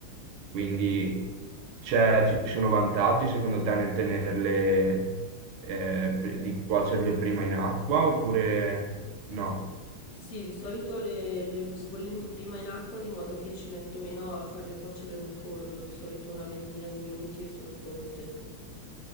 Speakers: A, on the right; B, on the left.
A: Quindi c'è- ci sono vantaggi secondo te nel tenerle, eh, pr- di cuocerle prima in acqua oppure no?
B: Sì, di solito le, le sbollento prima in acqua di modo che ci metto meno a farle cuocere nel forno, di solito una ventina di minuti e sono pronte.